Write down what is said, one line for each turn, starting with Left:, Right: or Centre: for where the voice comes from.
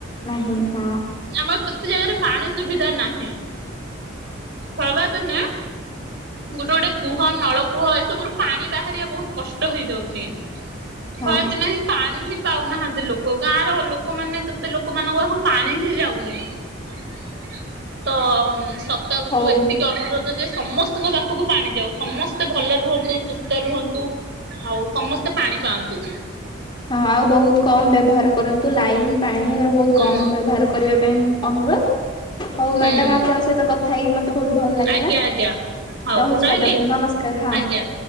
Left: ନାହିଁ ହଁ
Right: ଆମର କେତେ ଜାଗାରେ ପାଣି ସୁବିଧା ନାହିଁ। ଖରା ଦିନେ ଗୋଟେ ଗୋଟେ କୁହ ନଳ କୂହ ଏସବୁରୁ ପାଣି ବାହାରିବା ବହୁତ କଷ୍ଟ ହେଇଯାଉଛି। ଖରାଦିନ
Left: ହଁ
Right: ହିଁ ପାଣି ହିଁ ପାଉନାହାନ୍ତି ଲୋକ। ଗାଁର ଲୋକମାନେ କେତେ ଲୋକମାନଙ୍କ ପାଖକୁ ପାଣି ହି ଯାଉନି ତ ଉଁ, ସକାଙ୍କୁ
Left: ହଉ
Right: ଏତି ତି ଅନୁରୋଧ ଯେ ସମସ୍ତଙ୍କ ପାଖକୁ ପାଣି ଯାଉ। ସମସ୍ତେ ଭଲ ରୁହନ୍ତୁ, ସୁସ୍ଥ ରୁହନ୍ତୁ। ଆଉ ସମସ୍ତେ ପାଣି ପାଆନ୍ତୁ।
Left: ହଁ ଆଉ ବହୁତ କମ ବ୍ୟବହାର କରନ୍ତୁ। ଲାଇନ ପାଣି ଏରା ବହୁତ
Right: ହୁଁ।
Left: କମ ବ୍ୟବହାର କରିବା ପାଇଁ ଅନୁରୋଧ। ହଉ
Right: ହୁଁ
Left: ମ୍ୟାଡାମ ଆପଣଙ୍କ ସହିତ କଥା ହେଇ ମୋତେ ବହୁତ ଭଲ ଲାଗିଲା।
Right: ଆଜ୍ଞା ଆଜ୍ଞା ହଉ
Left: ରହୁଛି
Right: ରହିଲି
Left: ମ୍ୟାଡାମ ନମସ୍କାର ହଁ।
Right: ଆଜ୍ଞା।